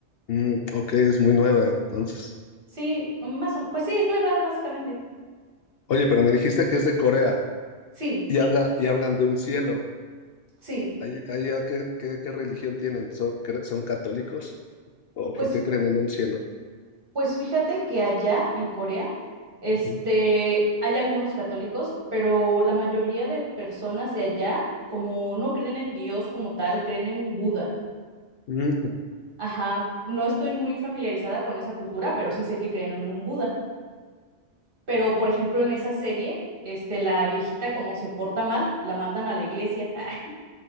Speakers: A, on the left; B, on the right.
A: Mm, ok, es muy nueva, entonces.
B: Sí, más o pues sí, es nueva, básicamente.
A: Oye, pero me dijiste que es de Corea
B: Sí,
A: y habla y hablan de un cielo.
B: sí.
A: ¿Ahí, ahí a qué, qué- qué religión tienen? ¿Son, cre- son católicos? ¿O por
B: Pues,
A: qué creen en un cielo?
B: pues fíjate que allá en Corea, este,
A: Ujú.
B: hay algunos católicos, pero la mayoría de personas de allá, como no creen en Dios como tal, creen en Buda.
A: Mm,
B: Ajá, no estoy muy familiarizada con esa cultura, pero sí sé que creen en un Buda. Pero, por ejemplo, en esa serie, este, la viejita como se porta mal, la mandan a la iglesia <laughs>